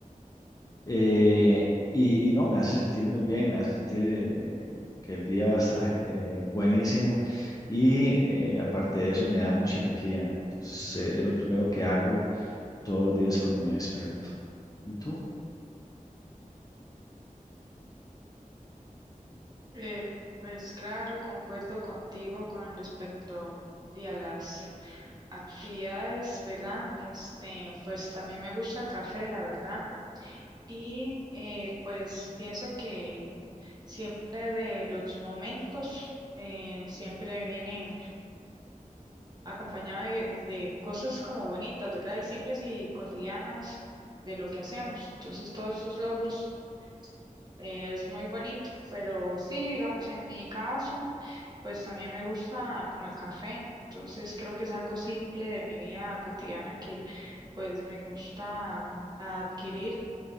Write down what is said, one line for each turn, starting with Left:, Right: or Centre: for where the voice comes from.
Left: Eh, y, y no, me hace sentir muy bien, me hace sentir eh, eh, que el día va a estar eh, buenísimo y eh, aparte de eso me da mucha energía. Entonces eh, es lo primero que hago todos los días cuando me despierto. ¿Y tú?
Right: Eh, pues claro, concuerdo contigo con respecto de a las actividades, ¿verdad? Este, pues también me gusta el café, la verdad. Y eh, pues pienso que siempre de los momentos eh, siempre vienen acompañados de, de cosas como bonitas, ¿verdad? Y simples y cotidianas de lo que hacemos. Entonces todos esos logros eh, es muy bonito, pero sí, digamos, en mi caso, pues también me gusta como el café. Entonces creo que es algo simple de mi vida cotidiana que pues me gusta mm, adquirir.